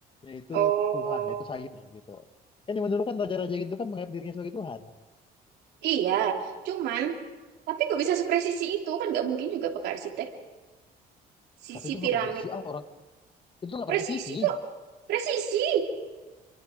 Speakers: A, on the left; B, on the right.
A: yaitu
B: Oh.
A: Tuhan yaitu saya gitu kan yang dulu kan raja-raja gitu kan menganggap dirinya sebagai Tuhan
B: Iya, cuman tapi kok bisa sepresisi itu kan nggak mungkin juga Pak Arsitek. Sisi
A: tapi itu
B: piramid,
A: nggak presisi ah orang itu nggak
B: presisi
A: presisi
B: kok, presisi,